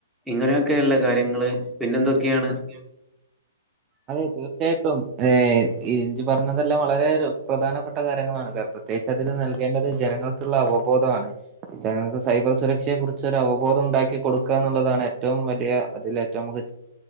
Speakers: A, in the centre; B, on the right.
A: ഇങ്ങനെയൊക്കെയുള്ള കാര്യങ്ങള് പിന്നെന്തൊക്കെ. ക്കെയാണ്
B: എന്തൊക്കെയാണ് അതെ തീർച്ചയായിട്ടും ഇജ പറഞ്ഞതെല്ലാം വളരെ പ്രധാനപ്പെട്ട കാര്യങ്ങളാണ് ഗർ. ത്യേകിച്ച് അതിൽ നൽകേണ്ടത് ജനങ്ങൾക്കുള്ള അവബോധമാണ് ജനങ്ങൾക്ക് സൈബർ സുരക്ഷയെ കുറിച് ച്ച് ഒരഅവബോധം ഉണ്ടാക്കി കൊടുക്കുക എന്നുള്ളതാണ് ഏറ്റ റ്റവും വലിയ അതിൽ ഏറ്റവും നമുക്ക്